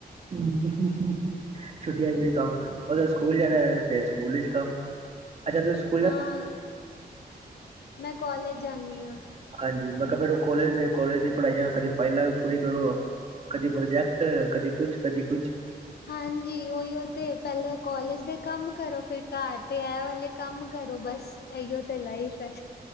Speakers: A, on the right; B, on the left.
A: ਹਮਮ। ਹੁ-ਹੁ-ਹੁ ਛੁੱਟੀਆਂ ਚ ਵੀ ਕੰਮ, ਉਦੋਂ ਸਕੂਲ ਜਾਣਾ ਫੇਰ ਸਕੂਲ ਚ ਕੰਮ। ਅੱਛਾ ਤੁਸੀ ਸਕੂ
B: ਹਾਂ, ਮੈਂ ਕਾੱਲਜ ਜਾਂਦੀ ਹਾਂ।
A: ਹਾਂਜੀ, ਮੈਂ ਕਿਹਾ ਫੇਰ ਉਹ ਕੋਲੇਜ ਫ ਕੋਲੇਜ ਦੀ ਪੜ੍ਹਾਈਆਂ ਕਦੇ ਫਾਈਲਾਂ ਪੂਰੀ ਕਰੋ। ਕਦੀ ਪ੍ਰੋਜੈਕਟ ਕਦੀ ਕੁਛ-ਕਦੀ ਕੁਛ।
B: ਹਾਂਜੀ ਉਓਹੀ ਤੇ ਪਹਿਲਾਂ ਕੋਲਜ ਦੇ ਕੰਮ ਕਰੋ ਫਿਰ ਘਰ ਤੇ ਇਹ ਵਾਲੇ ਕੰਮ ਕਰੋ ਬਸ ਇਹੀਓ ਤੇ ਲਾਈਫ ਹੈ।